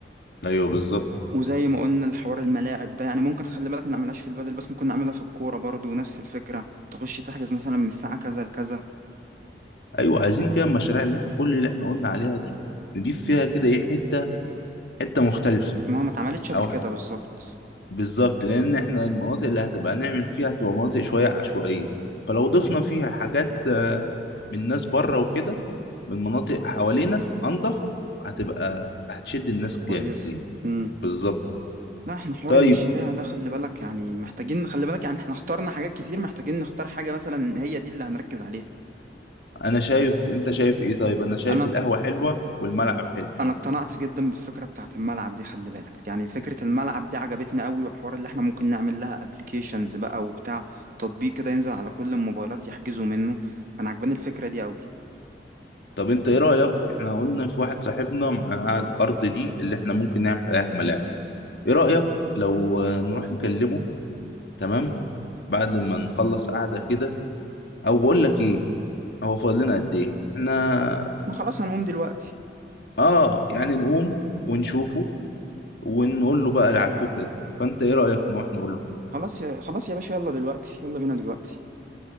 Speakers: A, on the left; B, on the right.
A: ايوه بالظبط
B: وزي ما قلنا الحوار الملاعب ده يعني ممكن خلي بالك ما نعملهاش في البادل بس ممكن نعملها في الكورة برضو نفس الفكرة تخش تحجز مثلا من الساعة كذا لكذا
A: ايوه عايزين كده المشاريع اللي احنا كل اللي احنا قلنا عليها دي نضيف فيها كده ايه حته حته مختلفه
B: ما ما اتعملتش قبل
A: او
B: كده بالظبط
A: بالظبط لان احنا المناطق اللي هتبقى نعمل فيها هتبقى مناطق شويه عشوائيه فلو ضفنا فيها حاجات آه، من ناس بره وكده من مناطق حوالينا انضف هتبقى هتشد الناس
B: هتبقى كويسة
A: جامد لينا
B: امم
A: بالظبط
B: لا احنا حوار
A: طيب
B: المشاريع ده خلي بالك يعني محتاجين خلي بالك يعني احنا اخترنا حاجات كتير محتاجين نختار حاجة مثلا هي دي اللي هنركز عليها
A: انا شايف انت شايف ايه طيب انا شايف
B: انا
A: القهوه حلوه والملعب حلو
B: انا اقتنعت جدا بالفكره بتاعت الملعب دي خلي بالك يعني فكره الملعب دي عجبتني قوي والحوار اللي احنا ممكن نعمل لها ابلكيشنز بقى وبتاع تطبيق كده ينزل على كل الموبايلات يحجزوا منه انا عجباني الفكره دي قوي
A: طب انت ايه رأيك احنا قلنا في واحد صاحبنا معاه الارض دي اللي احنا ممكن نعمل عليها الملاعب ايه رأيك لو آه، نروح نكلمه تمام بعد ما نخلص قعدة كده او بقول لك ايه هو فاضل لنا قد ايه احنا
B: احنا خلاص هنقوم دلوقتي
A: اه يعني نقوم ونشوفه ونقول له بقى على الفكرة دي فانت ايه رأيك نروح نقول له
B: خلاص يا خلاص يا باشا يلا دلوقتي يلا بينا دلوقتي